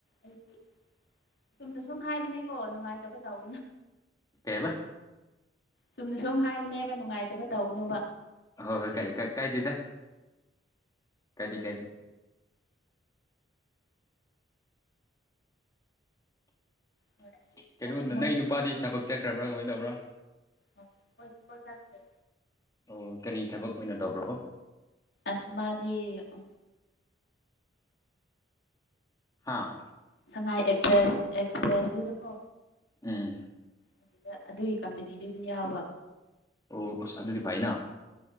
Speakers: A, on the left (about 65°); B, on the left (about 20°).
A: ꯑꯩꯗꯤ ꯆꯨꯝꯅ ꯁꯨꯝ ꯍꯥꯏꯕꯅꯦꯀꯣ ꯅꯨꯡꯉꯥꯏꯇꯕ ꯇꯧꯕꯅ
B: ꯀꯩꯕ
A: ꯆꯨꯝꯅ ꯁꯨꯝ ꯍꯥꯏꯕꯅꯦꯕ ꯅꯨꯡꯉꯥꯏꯇꯕ ꯇꯧꯒꯅꯣꯕ
B: ꯍꯣ ꯍꯣꯏ ꯀ ꯀ ꯀꯥꯏ ꯇꯗ ꯀꯥꯏꯗꯤ ꯀꯥꯏ ꯇ
A: ꯍꯣꯏ ꯑꯗꯨ
B: ꯀꯩꯅꯣꯗ
A: ꯃꯣꯏ ꯃꯣꯏ
B: ꯅꯪꯒꯤ
A: ꯈꯨꯟ
B: ꯅꯨꯄꯥꯗꯤ ꯊꯕꯛ ꯆꯠꯈ꯭ꯔꯕ꯭ꯔꯥ ꯀꯃꯥꯏꯅ ꯇꯧꯕ꯭ꯔꯥ
A: ꯑꯣ ꯄꯣꯏꯁ ꯄꯩ ꯆꯥꯦ
B: ꯑꯣ ꯀꯔꯤ ꯊꯕꯛ ꯑꯣꯏꯅ ꯇꯧꯕ꯭ꯔꯕꯣ
A: ꯑꯁꯃꯗꯤꯉ
B: ꯍꯥꯥ
A: ꯁꯉꯥꯏꯛꯄ꯭ꯔꯦꯁ ꯑꯦꯛꯁꯄ꯭ꯔꯦꯁꯇꯨꯗꯀꯣ
B: ꯎꯝ
A: ꯑꯗꯨꯗ ꯑꯗꯨꯒꯤ ꯀꯝꯄꯦꯅꯤꯗꯨꯗꯨ ꯌꯥꯎꯕ
B: ꯑꯣ ꯑꯁ ꯑꯗꯨꯗꯤ ꯐꯩꯅ